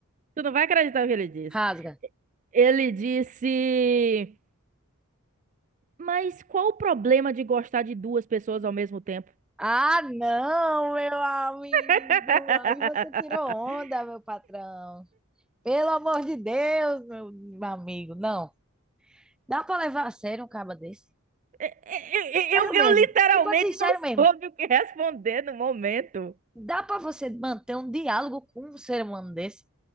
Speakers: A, on the right (about 35°); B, in the centre.
A: tu não vai acreditar o que ele disse.
B: Rasga.
A: Ele disse mas qual o problema de gostar de duas pessoas ao mesmo tempo?
B: Ah, não, meu amigo,
A: <laughs>
B: aí você tirou onda, meu patrão. Pelo amor de Deus, meu amigo, não. Dá pra levar a sério um caba desse?
A: É, é, é,
B: Sério
A: Eu, eu
B: mesmo,
A: literalmente
B: tipo assim, sério
A: não
B: mesmo.
A: soube o que responder no momento.
B: Dá pra você manter um diálogo com um ser humano desse?